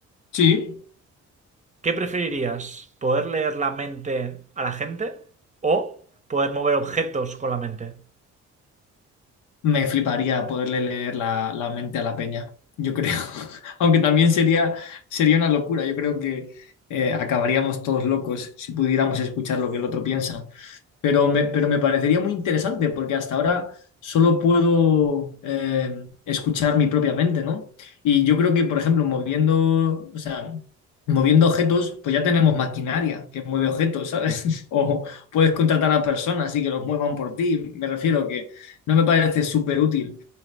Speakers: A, on the left; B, on the right.
A: sí.
B: ¿Qué preferirías? ¿Poder leer la mente a la gente o poder mover objetos con la mente?
A: Me fliparía poderle leer la, la mente a la peña, yo creo. <laughs> Aunque también sería, sería una locura. Yo creo que eh, acabaríamos todos locos si pudiéramos escuchar lo que el otro piensa. Pero me, pero me parecería muy interesante porque hasta ahora solo puedo eh, escuchar mi propia mente, ¿no? Y yo creo que, por ejemplo, moviendo, o sea, moviendo objetos, pues ya tenemos maquinaria que mueve objetos, ¿sabes? <laughs> O puedes contratar a personas y que los muevan por ti. Me refiero que no me parece súper útil.